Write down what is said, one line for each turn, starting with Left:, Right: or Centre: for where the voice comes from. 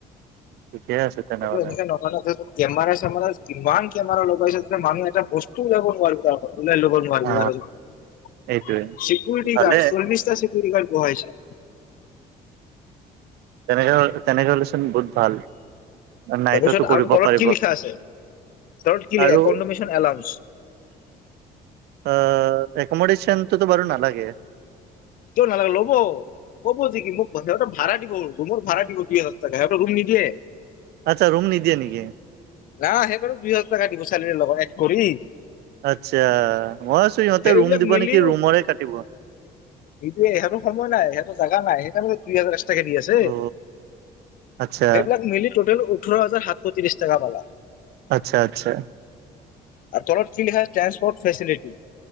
Right: ঠিকে আছে তেনেহ'লে।
Left: এনে এনকে নহয় ন, কেমেৰা চেমেৰা কিমান কেমেৰা লগাইছে মানুহ এটা পষ্ট -তে কৰিব নোৱাৰিব তাৰ পৰা। ওলাই লব নোৱাৰিব
Right: অ
Left: আও
Right: এইটোৱে
Left: চিকুৰীটি
Right: ভালে
Left: গাৰ্ড চিকুৰোটি গাৰ্ড বহাইছে।
Right: তেনেকে -তেনেকে হ'লেচোন বহুত ভাল। নাইটতো
Left: তাৰপিছত
Right: কৰিব
Left: আৰু তলত
Right: পাৰিব
Left: কি লিখা আছে তলত কি
Right: আৰু
Left: এনডমচন এলাউন্ছ?
Right: অ' এককমোডেশনটো ত বাৰু নালাগে।
Left: কিয় নালাগে ল'ব- ক'ব, যে কি মোক সিহতে ভাড়া দিব ত মোৰ ভাড়া দিব দুই হাজাৰ সিহঁতৰ ৰুম নিদিয়ে।
Right: আচ্ছা ৰুম নিদিয়ে নেকি
Left: অ' সেইকাৰণে দুই হাজাৰ টকা দিব। চালাৰিৰে লগত এক কৰি
Right: আচ্ছা! মই আছো ইহঁতে
Left: সেইবিলাক
Right: ৰুম দিব
Left: মিলি
Right: নেকি ৰুমৰে কাটিব।
Left: এয়ে ইহঁতৰ সময় নাই, সিহত জাগা একেলগে দুইহাজাৰ আছে। দি আছে
Right: অ আচ্ছা
Left: সেইবিলাক মিলি টটেল ওঠৰ হাজাৰ সাতশ ত্ৰিশ টকা পাবা।
Right: আচ্ছা আচ্ছা
Left: আৰু তলত কি লিখা ট্ৰেন্সপোৰ্ট ফেচিলিটি?